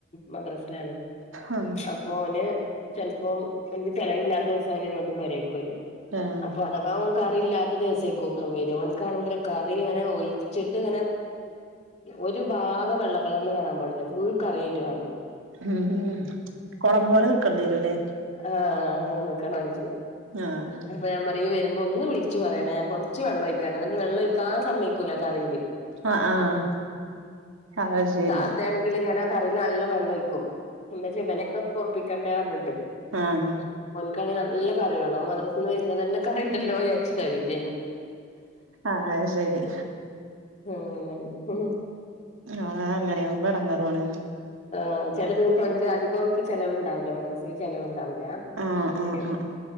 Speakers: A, on the left; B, on the right.
A: മദ്രാസിലാണ്
B: ആഹ്
A: അപ്പൊ അവന് ഓൻ ചെിലപ്പോ എ ചലവില്ലാത്ത ദിവസം ഇങ്ങോട്ട് പോരേക്കക്ക് വരും
B: ആഹ്
A: അപ്പൊ അഥവാ കറിയില്ലാത്ത ദിവസെ വരുംാണെറി അങ്ങെ ഒഴിച്ചിട്ട് ഇങ്ങനെ ഒരു ഭാഗം വെള്ള കളറിൽ കാണാൻ പാടില്ല ഫുൾ കറിയായിട്ട് കാണണം
B: ഉം കൊളം പോലെ നിക്കേണ്ടി വരൂല്ലേ
A: ആഹ അങ്ങനെ എല്ല ാങ്ങിച്ചപ്പ
B: ആഹ്
A: ഞാൻ പറയുബോ അ ഒന്ന് വിളിച്ചച്ച് പറയണം ഞാൻ കുറച്ച് വെള്ളംഴിക്കൻ എന്നിട്ട് വെള്ളംഴിക്കാ ആ സയക്കില്ലല്ല കറിയിയില്
B: ആഹ ആഹ് ആഹ് അത് ശരി
A: താത്ത ആണെങ്കിലും ഇങ്ങനെ കറി നല്ല വെള്ളം ഒഴിക്കും എന്താച്ചാ ഇവനൊക്കെ പൊറുപ്പിക്കണ്ടേ ന്നു പറഞ്ഞിട്ട്
B: ആഹ
A: ഓന്ക്കാനെങ്കിൽ നല്ല കറിവേണം മദ്രസയിൽ നിന്ന് വരുന്നത് തന്നെക്കെ കറി ഉണ്ടല്ലോന്ന് വിചാരിച്ചിട്ടാ വരുന്നത് തന്നെ
B: ആഹ് അത് ശരി
A: അങ്ങനെ ണ്
B: ആഹ അങ്ങനെയാകുമ്പോ എടങ്ങാറുവാണ്
A: ആ ചില ദിവസം ഓനിക്ക് അധികം എനിക്ക് ചിലവ്ണ്ടാവില്ലോ മദ്രസിൽ ചിലവ പള്ളിയിൽ
B: ആഹ് ആഹ് ആഹ്